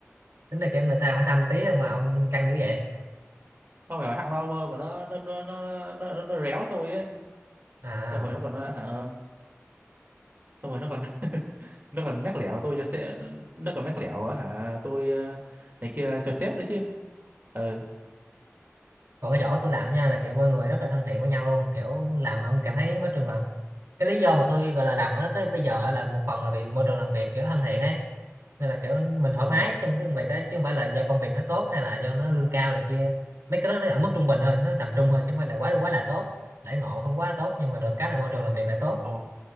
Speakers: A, on the right (about 80°); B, on the right (about 45°).
A: tính ra kiểu người ta hỏi thăm tí thôi mà ông căng dữ vậy
B: không phải hỏi thẳng đâu ông ơi mà nó nó nó nó nó, nó, réo tôi ấy
A: à
B: xong rồi nó còn ờ, hả xong rồi nó còn <laughs> nó còn mách lẻo tôi cho sếp nó còn mách lẻo á hả tôi ờ, này kia cho sếp nữa chứ ừ
A: còn cái chỗ tôi làm nha là kiểu mọi người rất là thân thiện với nhau luôn kiểu làm mà ông cảm thấy môi trường là cái lý do mà tôi gọi là làm ở đó tới bây giờ là một phần là vì môi trường làm việc kiểu thân thiện ấy nên là kiểu mình thoải
B: ồ
A: mái trong cái công việc ấy chứ không phải là do công việc nó tốt hay là do nó lương cao này kia mấy cái đó nó ở mức trung bình thôi nó tầm trung thôi chứ không phải là quá quá là tốt đãi ngộ không quá là tốt nhưng mà được cái là môi trường làm việc lại tốt
B: ồ